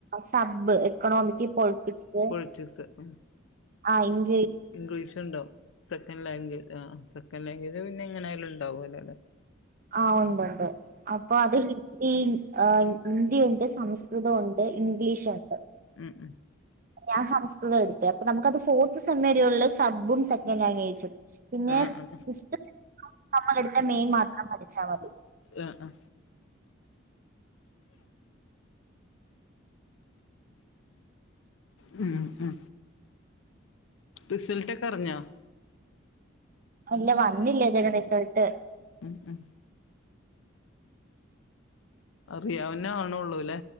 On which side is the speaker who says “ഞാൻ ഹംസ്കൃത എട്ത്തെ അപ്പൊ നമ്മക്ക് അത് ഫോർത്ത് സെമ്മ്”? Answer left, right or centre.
Right